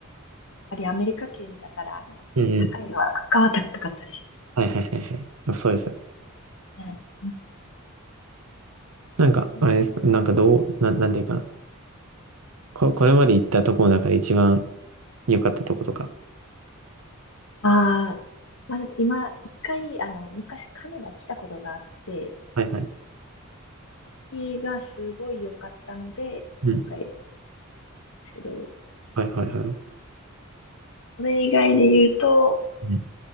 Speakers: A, on the left; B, on the right.
A: ぱりアメリカ圏だから、あの、
B: うん、うん
A: 高いは、物価は高かったです
B: はいはいはいはい。あそうですよね。
A: ね。うん
B: なんか、
A: うん
B: あれですか、なんかどう、な、なんていうかな。こ、これまで行ったとこの中で一番良かったとことか。
A: ああ、まあでも今、一回、あの、昔カナダ来たことがあって、
B: はいはい。
A: 日がすごい良かったので、
B: うん。
A: 今回選んだんですけど、
B: はいはいはい。
A: これ以外で言うと、
B: うん、